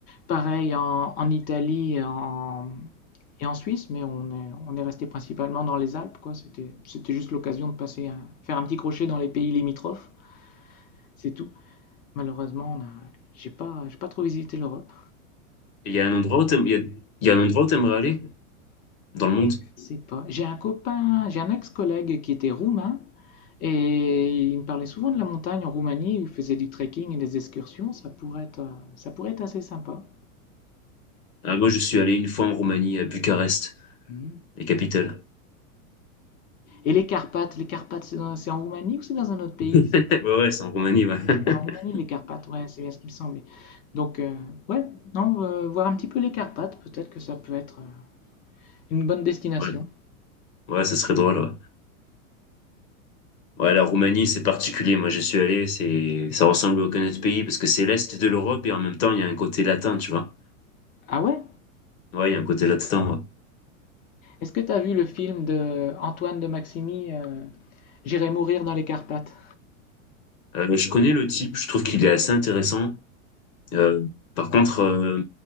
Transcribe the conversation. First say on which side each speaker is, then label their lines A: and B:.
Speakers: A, on the left; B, on the left.
A: Pareil en, en Italie et en, et en Suisse, mais on est, on est resté principalement dans les Alpes, quoi. C'était, c'était juste l'occasion de passer, un- faire un petit crochet dans les pays limitrophes. C'est tout. Malheureusement, on a, j'ai pas, j'ai pas trop visité l'Europe.
B: Et il y a un endroit où t'aimes- il y a, il y a un endroit où t'aimerais aller dans le monde?
A: C'est pas. J'ai un copain, j'ai un ex-collègue qui était roumain et il me parlait souvent de la montagne en Roumanie où il faisait du trekking et des excursions. Ça pourrait être, euh, ça pourrait être assez sympa.
B: Ah, moi, je suis allé une fois en Roumanie, à Bucarest,
A: Mhm.
B: la capitale.
A: Et les Carpates, les Carpates, c'est dans- c'est en Roumanie ou c'est dans un autre pays?
B: <laughs> Ouais,
A: C'est
B: ouais, c'est en Roumanie, ouais. <laughs>
A: En Roumanie, les Carpates, ouais, c'est bien ce qui me semblait. Donc, euh, ouais, non, euh, voir un petit peu les Carpates, peut-être que ça peut être euh, une bonne destination.
B: Ouais, ouais, ça serait drôle, ouais. Ouais, la Roumanie, c'est particulier. Moi, je suis allé, c'est, ça ressemble à aucun autre pays parce que c'est l'Est de l'Europe et en même temps, il y a un côté latin, tu vois.
A: Ah ouais?
B: Ouais, il y a un côté latin. ouais.
A: Est-ce que tu as vu le film de Antoine de Maximi, euh, J'irai mourir dans les Carpates?
B: Euh, je connais le type, je trouve qu'il est assez intéressant. Euh, par contre, euh,